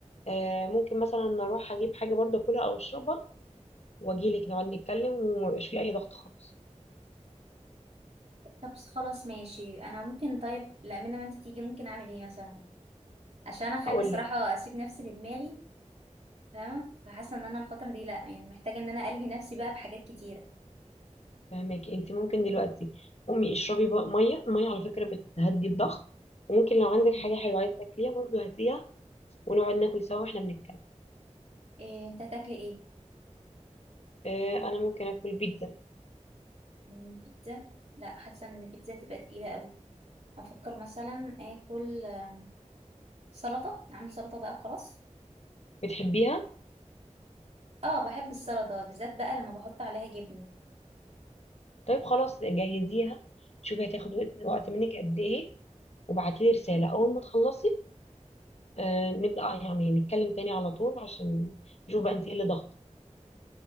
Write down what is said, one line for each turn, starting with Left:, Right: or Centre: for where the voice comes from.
Left: آه ممكن مثلا اروح اجيب حاجه برضه اكلها او اشربها واجي لك نقعد نتكلم وما يبقاش في اي ضغط خالص
Right: طب خلاص ماشي انا ممكن طيب لا ما انت تيجي ممكن اعمل ايه مثلا عشان انا خايفه
Left: هقول
Right: الصراحه
Left: لك
Right: اسيب نفسي لدماغي فاهمه فحاسه ان انا الفتره دي لا يعني محتاجه ان انا الهي نفسي بقى بحاجات كتيره
Left: فهماكي انت ممكن دلوقتي قومي اشربي بق- ميه الميه على فكره بتهدي الضغط وممكن لو عندك
Right: مم.
Left: حاجه حلوه عايزه تاكليها برضه هاتيها ونقعد ناكل سوا واحنا بنتكلم
Right: إيه انت هتاكلي ايه
Left: آه انا ممكن اكل بيتزا
Right: مم، بيتزا لا حاسه ان البيتزا تبقى تقيله قوي افكر مثلا اكل آه، سلطه اعمل سلطه بقى وخلاص
Left: بتحبيها
Right: اه بحب السلطه بالذات بقى لما بحط عليها جبنه
Left: طيب خلاص جهزيها شوفي هتاخد وقت وقت منك قد ايه وابعتيلي رساله اول ما تخلصي آه، نبقى يعني نتكلم تاني على طول عشان نشوف بقى انت ايه اللي ضغط